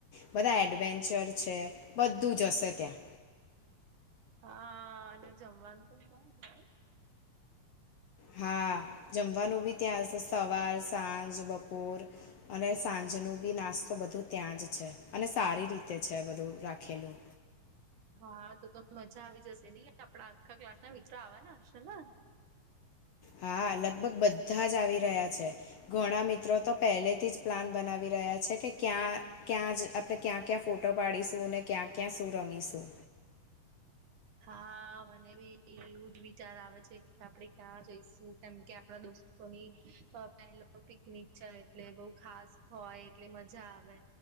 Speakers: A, on the left; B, on the right.
A: બધા એડવેન્ચર છે બધું જ હશે ત્યાં.
B: હા અને જમવાનું પણ <unintelligible>
A: હા જમવાનું બી ત્યાં જ સવાર, સાંજ, બપોર. અને સાંજનું બી નાસ્તો બધું ત્યાં જ છે, અને સારી રીતે છે બધું રાખેલું.
B: હા તો તો મજા આવી જશે નહી આપડા આખા ક્લાસ ના મિત્રો આવવાના હશે ને.
A: હા લગભગ બધા જ આવી રહ્યા છે. ઘણા મિત્રો તો પહેલે થી જ પ્લાન બનાવી રહ્યા છે કે ક્યાં ક્યાં જ આપણે ક્યાં ક્યાં ફોટો પાડીશું ને ક્યાં ક્યાં શું રમીશું.
B: હા મને બી એવું જ વિચાર આવે છે કે આપડે ક્યાં જઈશું કેમ કે આપડા દોસ્ત લોકો ની પહેલો પિકનિક છે એટલે બઉ ખાસ હોય એટલે મજા આવે.